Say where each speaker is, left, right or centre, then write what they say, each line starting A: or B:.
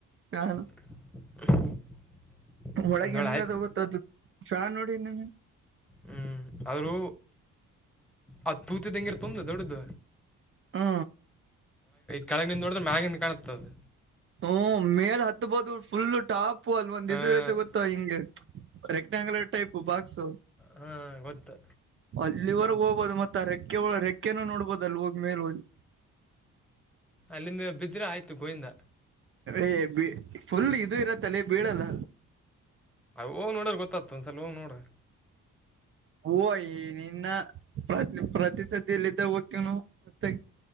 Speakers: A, on the right; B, in the centre.
A: ಅದು
B: <unintelligible>
A: ಒಳಗೆ
B: ಒಂದೊಳ್ಳೆ
A: ಹಂಗದೋಗುತ್ತ
B: ಆಯ್ತು
A: ಅದು ಶಾ ನೋಡಿ ನಿ
B: ಹ್ಮ್ ಆದ್ರೂ ಆ ತೂತ ತಂಗಿರ್ ತೊಂದು ದೊಡ್ಡ್ದ
A: ಹಾ
B: ಕೆಳಗಿನಿಂದ ನೋಡಿದ್ರೆ ಮ್ಯಾಗಿಂದ ಕಾಣತ್ತ ಅದ್
A: ಹ್ಮ ಮೇಲ್ ಹತ್ಬೋದು ಫುಲ್ ಟಾಪು ಅಲ್ ಒಂದ್
B: ಹಾಂ
A: ಇದು ಇರತೆ ಗೊತ್ತಾ ಹಿಂಗೆ ರೆಕ್ಟಾಂಗುಲರ್ ಟೈಪ್ ಬಾಕ್ಸು
B: ಹಾಂ ಗೊತ್ತು
A: ಅಲ್ಲಿವರೆಗೆ ಹೋಗ್ಬೋದು ಮತ್ತ ಆ ರೆಕ್ಕೆ ಒಳ ರೆಕ್ಕೆನ ನೋಡ್ಬೋದು ಅಲ್ಲಿ ಹೋಗಿ ಮೇಲೆ ಹೋಗಿ
B: ಅಲ್ಲಿಂದ ಬಿದ್ರೆ ಆಯ್ತು ಗೋವಿಂದ
A: ಏ ಫುಲ್ ಇದು ಇರತ್ತಲ್ಲ ಬೀಳಲ್ಲ
B: ಹೋಗ ನೋಡ್ರ ಗೊತ್ತ ಒಂದಸಲ ಹೋಗ ನೋಡು
A: ಓ ನಿನ್ನ ಪ್ರತಿ ಪ್ರತಿ ಸತಿಯಲ್ಲಿದ್ದ ಹೊಕ್ಕಿವಿ ನಾವು ತ್ಯ